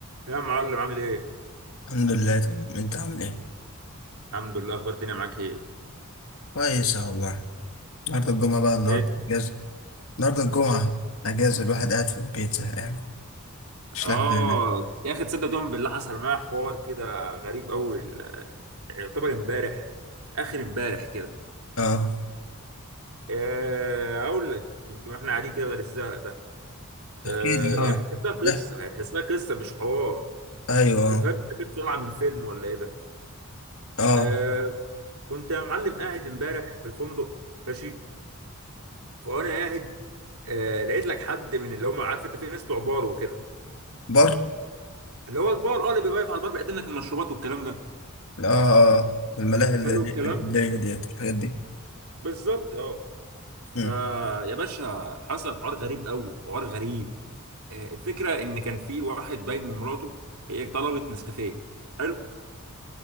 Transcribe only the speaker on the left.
الحمد لله تمام انت عامل ايه؟
كويس يا والله النهارده الجمعة بقى النهارده
اجازة النهارده الجمعة اجازة الواحد قاعد في البيت زهقان مش
لاحق يعمل
اه
احكي
لي
اه
اه،
ايوه
اه
بر
اه اه الملاهي اللي
اللي هي ديت الحاجات دي
مم.